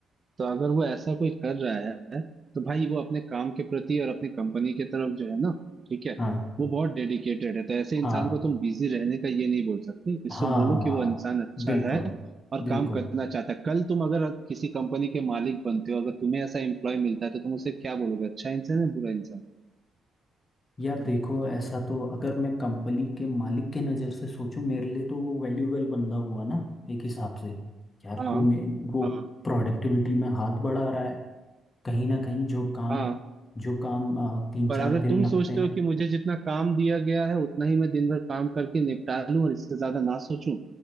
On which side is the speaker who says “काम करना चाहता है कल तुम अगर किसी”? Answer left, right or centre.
Right